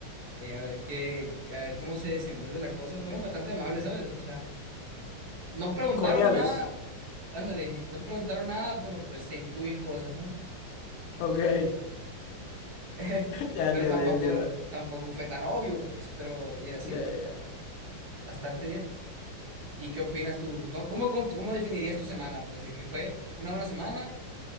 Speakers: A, on the right; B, on the left.
A: eh, a ver qué, a ver cómo se desenvuelve la cosa. Fueron bastante amables, ¿sabes? O sea, no preguntaron
B: Cordiales.
A: nada, ándale, no preguntaron nada, pero pues se intuyen cosas, ¿no?
B: Ok. <laughs>
A: <laughs>
B: Ya entiendo,
A: Pero tampoco,
B: ya entiendo.
A: tampoco fue tan obvio, pues, pero y así,
B: Ya, ya, ya.
A: bastante bien. ¿Y qué opinas tú? ¿Cómo, cómo, cómo definirías tu semana? Pues de que fue una buena semana,